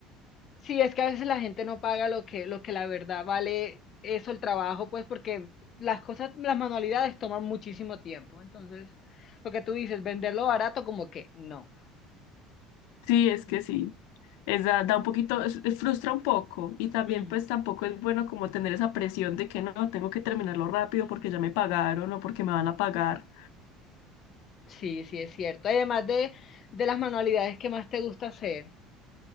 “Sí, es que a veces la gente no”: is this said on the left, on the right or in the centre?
Left